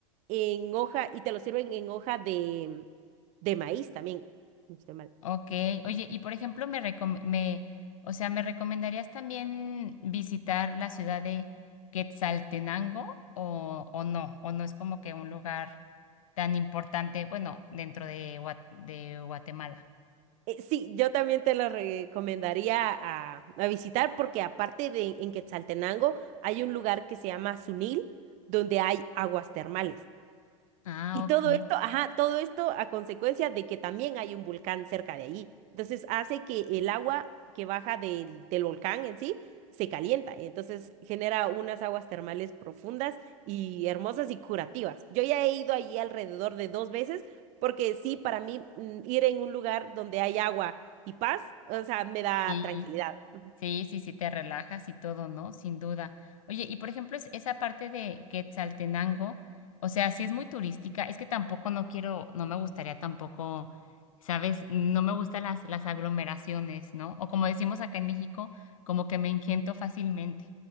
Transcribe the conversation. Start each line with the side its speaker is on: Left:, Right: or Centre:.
Right: en hoja y te lo sirven en hoja de, de maíz también. este,
Left: Ok, oye, y por ejemplo, me recom- me, o sea, ¿me recomendarías también visitar la ciudad de Quetzaltenango o, o no? ¿O no es como que un lugar tan importante, bueno, dentro de, Gua- de Guatemala?
Right: Eh, sí, yo también te lo recomendaría a, a visitar porque aparte de en Quetzaltenango hay un lugar que se llama Sunil donde hay aguas termales.
Left: Ah,
Right: Y todo
Left: ok.
Right: esto, ajá, todo esto a consecuencia de que también hay un volcán cerca de ahí. Entonces hace que el agua que baja del, del volcán en sí se calienta. y entonces genera unas aguas termales profundas y hermosas y curativas. Yo ya he ido allí alrededor de dos veces porque sí, para mí mm, ir en un lugar donde hay agua y paz, o sea, me da
Left: Sí.
Right: tranquilidad. Ujú.
Left: Sí, sí, sí, te relajas y todo, ¿no? Sin duda. Oye, y por ejemplo, es esa parte de Quetzaltenango, o sea, sí es muy turística, es que tampoco no quiero, no me gustaría tampoco, ¿sabes? No me gustan las, las aglomeraciones, ¿no? O como decimos acá en México, como que me engento fácilmente.